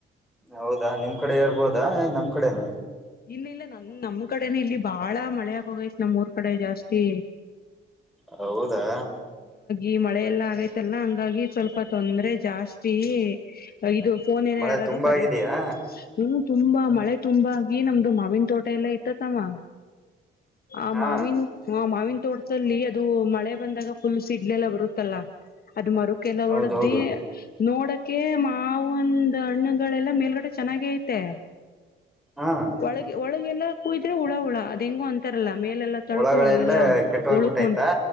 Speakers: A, in the centre; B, on the left.
A: ಹೌದಾ ನಿಮ್ ಕಡೆ ಇರ್ಬೋದಾ ಏನ್ ನಮ್ ಕಡೆನ
B: ಇಲ್ಲ ಇಲ್ಲ ನನ್ ನಮ್ ಕಡೆನೆ ಇಲ್ಲಿ ಬಾಳ ಮಳೆ ಆಗ್ ಹೋಗೈತ್ ನಮ್ಮೂರ್ ಕಡೆ ಜಾಸ್ತಿ
A: ಹೌದಾ
B: ಈ ಮಳೆಯೆಲ್ಲಾ ಆಗೈತಲ್ಲ ಹಂಗಾಗಿ ಸ್ವಲ್ಪ ತೊಂದ್ರೆ ಜಾಸ್ತಿ ಇದು ಫೋನೇಲೇ
A: ಮಳೆ
B: ಯಾರಾರು
A: ತುಂಬಾ
B: ಕರಿ
A: ಆಗಿದಯಾ
B: ಹ್ಮ್ ತುಂಬಾ ಮಳೆ ತುಂಬಾ ಈ ನಮ್ದು ಮಾವಿನ ತೋಟ ಎಲ್ಲಾ ಇತ್ತತಮ್ಮ ಆ
A: ಹಾ
B: ಮಾವಿನ ಹ ಮಾವಿನ ತೋಟದಲ್ಲಿ ಅದು ಮಳೆ ಬಂದಾಗ ಫುಲ್ ಸಿಡ್ಲೆಲ್ಲ ಬರುತ್ತಲ್ಲ ಅದ್ ಮರಕ ಎಲ್ಲ
A: ಹೌದೌದು
B: ಒಡದ್ದಿ ನೋಡಕೆ ಮಾವಂದ್ ಹಣ್ಣುಗಳೆಲ್ಲ ಮೇಲ್ಗಡೆ ಚೆನ್ನಾಗೇ ಐತೆ
A: ಹಾ
B: ಒಳಗೆ ಒಳಗೆ ಎಲ್ಲ ಕುಯ್ದ್ರೆ ಉುಳ ಉುಳ ಅದ ಹೆಂಗು ಅಂತಾರಲ್ಲ ಮೇಲೆಲ್ಲಾ ತಳ್ಕೋ
A: ಒಳಗಳೆಲ್ಲ
B: ಒಳಗೆಲ್ಲ
A: ಕೆಟ್ಟ ಹೋಗ್ಬಿಟ್ಟೈತಾ
B: ಉಳ್ಕೊಂತ